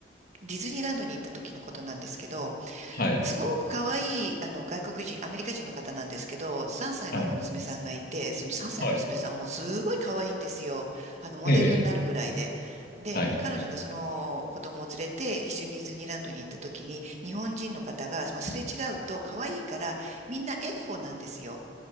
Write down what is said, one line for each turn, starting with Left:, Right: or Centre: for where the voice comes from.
Right: ディズニーランドに行った時のことなんですけど、
Left: はい。
Right: すごく可愛い、あの、外国人、アメリカ人の方なんですけど、3歳の娘さんがいて、
Left: はい。
Right: その3歳の娘さんもすごい可愛いんですよ。
Left: はい。
Right: あの、モデルになるぐらいで。
Left: ええ。
Right: で、
Left: はい。
Right: 彼女がその子供を連れて一緒にディズニーランドに行った時に、日本人の方が、まあ、すれ違うと可愛いから、みんな笑顔なんですよ。